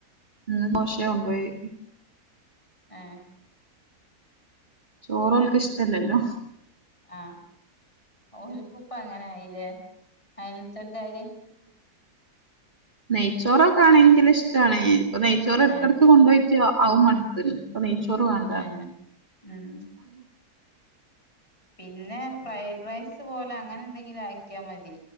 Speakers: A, on the right (about 30°); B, on the left (about 20°).
A: ഇന്ന് ദോശേ കൊണ്ടോയെ.
B: ഏ
A: ചോറോൽക്ക് ഇഷ്ടല്ലല്ലോ.
B: ആ. ഓൽക്കുപ്പങ്ങനായി ലേ. അ <unintelligible> ന്റാരി.
A: നെയ്ച്ചോറോക്ക ആണെങ്കില് ഇഷ്ടായി. ഇപ്പൊ നെയ്ച്ചോറ ടക്കിടക്ക്
B: ഏഹ്
A: കൊണ്ടോയി <unintelligible> അഉം മട്ത്ത്ണ്. ഇപ്പൊ നെയ്ച്ചോറ് വാണ്ട.
B: ഏഹ്
A: <inaudible>
B: ഉം പിന്നെ ഫ്രൈഡ് റൈസ് പോലെ അങ്ങനെ എന്തെങ്കിലും ആക്കിയാ മതി.